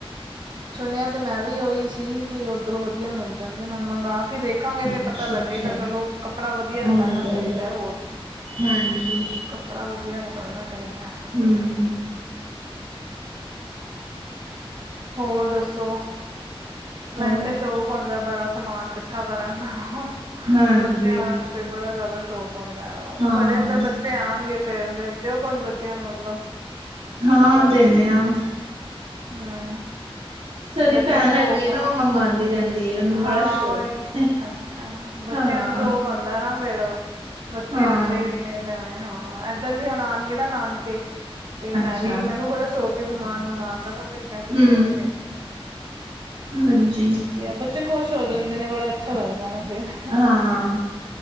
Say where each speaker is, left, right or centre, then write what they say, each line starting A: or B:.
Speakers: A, on the right; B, on the right.
A: ਸੁਣਿਆ ਤੇ ਮੈਂ ਵੀ ਉਹੀ ਸੀ ਕਿ ਉਧਰੋਂ ਵਧੀਆ ਮਿਲ ਜਾਂਦੇ ਨੇ ਹੁਣ ਮੰਗ ਕੇ ਦੇਖਾਂਗੇ
B: ਅੱਛਾ
A: ਤੇ ਪਤਾ ਲੱਗੇਗਾ
B: ਅੱਛਾ
A: ਚਲੋ ਕੱਪੜਾ ਵਧੀਆ
B: ਹਾਂਜੀ
A: ਨਿਕਲਣਾ ਚਾਹੀਦਾ ਹੈ ਹੋਰ <unintelligible>
B: ਹਾਂਜੀ
A: ਕੱਪੜਾ ਵਧੀਆ ਨਿਕਲਣਾ ਚਾਹੀਦਾ
B: ਹਮ
A: ਹੋਰ ਦੱਸੋ
B: ਹੋਰ
A: ਮੈਨੂੰ ਤੇ ਸ਼ੌਕ ਹੁੰਦਾ ਬੜਾ ਸਮਾਨ ਇਕੱਠਾ ਕਰਨ ਦਾ
B: ਹਾਂਜੀ
A: ਬੱਚਿਆਂ ਦਾ ਤੇ ਬੜਾ ਜਿਆਦਾ ਸ਼ੌਕ ਹੁੰਦਾ ਹੈ
B: ਹਾਂ
A: ਸਾਡੇ ਇਧਰ ਬੱਚੇ ਆਉਣਗੇ ਫੇਰ <unintelligible> ਕੁਝ ਬੱਚਿਆਂ ਨੂੰ ਮਤਲਬ
B: ਹਾਂ ਦੇਵੇ ਹਾ
A: ਹਮ
B: ਸਾਡੀ
A: ਬੱਚਿਆਂ
B: ਭੈਣ
A: ਨੂੰ
B: ਹੈਗੀ
A: ਸ਼ੌਕ
B: ਏ ਨਾ ਉਹ ਮੰਗਾਦੀ ਰਹਿੰਦੀ। ਹੈ ਉਹਨੂੰ
A: ਹਾਂ
B: ਬੜਾ ਸ਼ੌਕ
A: ਉ,
B: ਹੈ
A: ਅੱਛਾ ਬੱਚਿਆਂ
B: ਹਾਂ
A: ਨੂੰ ਜੋ ਬਣਦਾ ਨਾ ਫੇਰ ਬੱਚੇ
B: ਹਾਂ
A: ਆਂਦੇ ਵੀ ਨੇ ਜਿਵੇਂ ਹਾਂ ਐ ਇੱਧਰ ਵੀ ਹੁਣ ਆਣਗੇ ਨਾ ਨਾਨਕੇ, ਤੇ ਮੈਂ
B: ਅੱਛਾ
A: ਵੀ ਮੈਨੂੰ ਬੜਾ ਸ਼ੌਕ ਹੈ ਸਮਾਨ ਮੰਗਾਣ ਦਾ ਨਾ। ਫਿਰ ਮੈਂ ਬੱਚਿਆਂ
B: ਹਮ
A: ਨੂੰ ਦਿੰਨੀ ਆ।
B: ਹਾਂਜੀ।
A: ਆ ਬੱਚੇ ਖੁਸ਼ ਹੋ ਜਾਂਦੇ ਨੇ ਬੜਾ ਅੱਛਾ ਲੱਗਦਾ ਨਾ ਫਿਰ।
B: ਹਾਂ